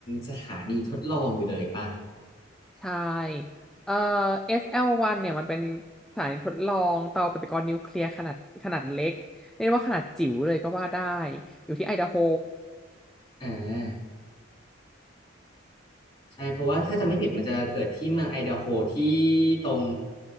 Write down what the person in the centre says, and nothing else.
ใช่เอ่อ SL1 เนี่ยมันเป็นสถานีทดลองเตาปฏิกรณ์นิวเคลียร์ขนาดขนาดเล็กเรียกว่าขนาดจิ๋วเลยก็ว่าได้อยู่ที่ไอดาโฮ